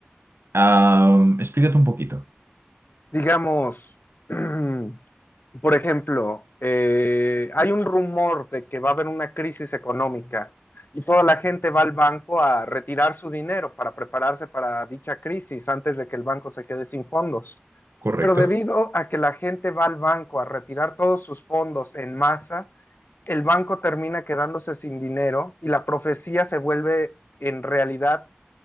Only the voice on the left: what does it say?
Digamos, <clears throat> Por ejemplo, eh, hay un rumor de que va a haber una crisis económica y toda la gente va al banco a retirar su dinero para prepararse para dicha crisis antes de que el banco se quede sin fondos.
Pero debido a que la gente va al banco a retirar todos sus fondos en masa, el banco termina quedándose sin dinero y la profecía se vuelve en realidad